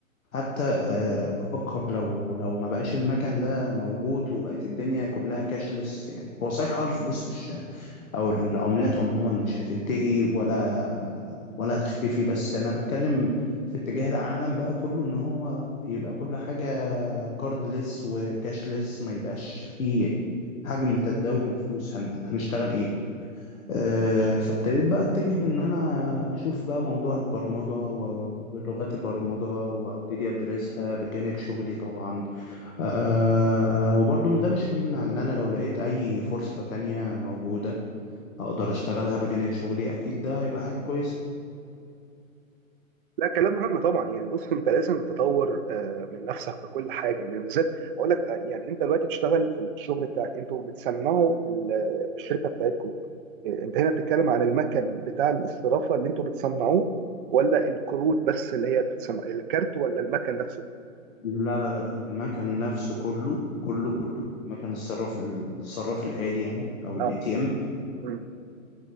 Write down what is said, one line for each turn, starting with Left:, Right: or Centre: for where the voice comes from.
Left: حتى آه، بفكر لو لو ما بقاش المكان ده موجود وبقت الدنيا كلها كاشلس يعني هو صحيح اه الفلوس مش أو العملات عموما مش هتنتهي ولا ولا هتختفي بس أنا بتكلم في اتجاه العالم بقى كله إن هو يبقى كل حاجة كاردلس وكاشلس ما يبقاش فيه حجم تداول الفلوس هن... هنشتغل إيه آه، فابتديت بقى اتجه ان انا اشوف بقى موضوع البرمجة و- ولغات البرمجة وابتدي ادرسها بجانب شغلي طبعا أه وبرضو ده مش هيمنع ان انا لو لقيت اي فرصة تانية موجودة اقدر اشتغلها بجانب شغلي اكيد ده هيبقى حاجة كويسة
Right: لا كلام مهم طبعا يعني بص انت لازم تطور آه، من نفسك في كل حاجه يعني بالذات اقول لك آه، يعني انت دلوقتي بتشتغل في الشغل بتاعك انتوا بتصنعوا ال- في الشركه بتاعتكم آه، انت هنا بتتكلم عن المكن بتاع الاسترافه اللي انتوا بتصنعوه ولا الكروت بس اللي هي بتصنع الكارت ولا المكن نفسه؟
Left: لا لا لا المكن نفسه كله كله كله مكن الصراف الصراف الآلي يعني او الاي
Right: اه
Left: تي ام
Right: مم.